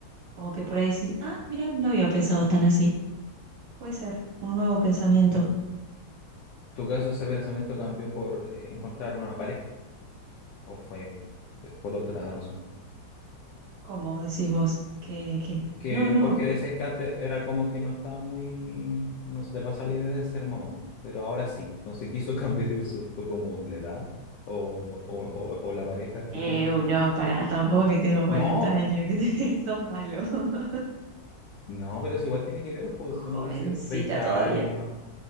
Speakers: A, on the right; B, on the left.
A: Como que por ahí decís, ah, mira, no había pensado tan así. Puede ser un nuevo pensamiento.
B: en tu caso ese pensamiento cambió por eh, encontrar una pareja o fue eh, por otra razón.
A: ¿Cómo decís vos? Que, que,
B: Es que
A: no, no.
B: porque decías que antes era como que no estaba muy, no se te pasa la idea de ser mamá, pero ahora sí. Entonces quiso <laughs> cambiar eso. ¿Fue como la edad o, o- o- o la pareja que
A: Eh,
B: tiene?
A: uy, no, pará, tampoco que tengo 40
B: No,
A: años, que te- <laughs> sos malo. <laughs>
B: no, pero si igual tiene que ver, pues si uno
A: Jovencita
B: dice 30
A: todavía.
B: años,